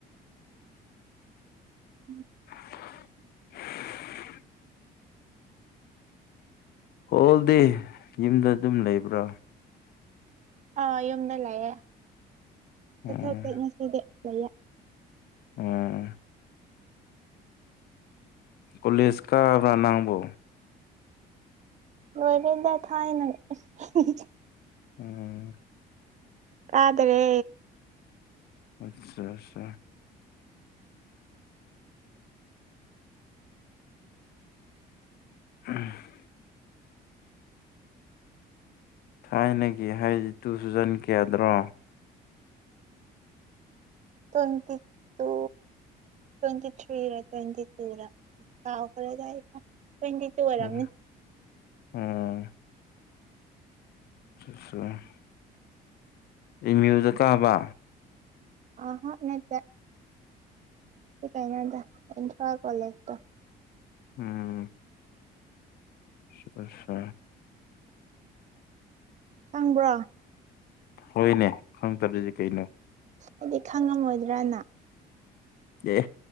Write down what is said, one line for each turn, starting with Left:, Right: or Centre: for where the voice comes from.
Right: <inaudible>
Left: <inaudible> ꯍꯣꯜ ꯗꯦ ꯌꯨꯝꯗ ꯑꯗꯨꯝ ꯂꯩꯕ꯭ꯔꯣ
Right: ꯑꯥ ꯌꯨꯝꯗ ꯂꯩꯌꯦ
Left: ꯎꯝ
Right: ꯆꯠꯊꯣꯛꯇꯦ ꯉꯁꯤꯗꯤ ꯂꯩꯌꯦ
Left: ꯎꯝ ꯀꯣꯂꯦꯖ ꯀꯥꯕ꯭ꯔꯥ ꯅꯪꯕꯣ
Right: ꯂꯣꯏꯔꯦꯗꯥ ꯊꯥꯏꯅ ꯑꯦꯁ ꯍꯤꯍꯤ
Left: ꯎꯝ
Right: ꯀꯥꯗꯔꯦ
Left: <unintelligible> <inaudible> ꯊꯥꯏꯅꯒꯤ ꯍꯥꯏꯗꯤ ꯇꯨꯊꯥꯎꯖꯟ ꯀꯌꯥꯗꯅꯣ <inaudible>
Right: ꯇꯣꯏꯟꯇꯤ ꯇꯨ ꯇ꯭ꯋꯦꯟꯇꯤ ꯊ꯭ꯔꯤꯔꯥ ꯇ꯭ꯋꯦꯟꯇꯤ ꯇꯨꯔꯥ ꯀꯥꯎꯈꯔꯦꯗ ꯑꯩ ꯇ꯭ꯋꯦꯟꯇꯤ ꯇꯨ ꯑꯣꯏꯔꯝꯅꯤ
Left: ꯎꯝ ꯎꯝ <unintelligible> ꯑꯦꯝꯃ꯭ꯌꯨꯗ ꯀꯥꯕ
Right: ꯑꯍꯥ ꯅꯠꯇꯦ ꯀꯥꯏꯅꯣꯗ ꯏꯝꯐꯥꯜ ꯀꯣꯂꯦꯖ ꯇ
Left: ꯎꯝ <unintelligible>
Right: ꯈꯪꯕ꯭ꯔꯣ
Left: ꯍꯣꯏꯅꯦ ꯈꯪꯇꯗꯗꯤ ꯀꯩꯅꯣ
Right: ꯑꯩꯗꯤ ꯈꯪꯉꯝꯃꯣꯏꯗ꯭ꯔꯅ
Left: ꯑꯦ